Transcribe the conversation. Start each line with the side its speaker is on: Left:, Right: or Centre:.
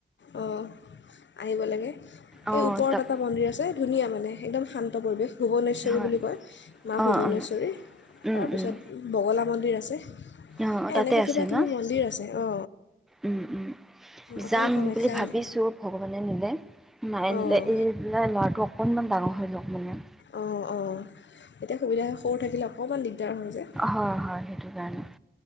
Left: অ আহিব লাগে
Centre: অ',
Left: এই ওপৰত
Centre: তাক
Left: এটা মন্দিৰ আছে ধুনীয়া মানে একদম শান। ত পৰিৱেশ। ভূুৱৱনেশ্বৰী
Centre: হয়
Left: বুলি কয় মা
Centre: অ',
Left: ভূৱনেশ্বৰী
Centre: অ'। উম,
Left: তাৰপিছত
Centre: উম,
Left: বগলা মন্দিৰ আছে।
Centre: অ', অ
Left: এই
Centre: তাতে
Left: এনেকে
Centre: আছে
Left: কিবা কিবি
Centre: ন?
Left: মন্দিৰ আছে অ
Centre: উম, উম,
Left: অকল।
Centre: যাম
Left: কামাখ্যাই
Centre: বুলি ভাবিছোঁ
Left: নাই।
Centre: ভগৱানে নিলে। নাইনিলে
Left: অঁ
Centre: এইবিলাক লৰাটো এক। অকণমান ডাঙৰ হৈ লওক মানে।
Left: অঁ অঁ এতিয়া সুবিধা সৰু থাকিলে। অকণমান দিগদাৰ হয় যে
Centre: হয় -হয় সেইটো কাৰণে।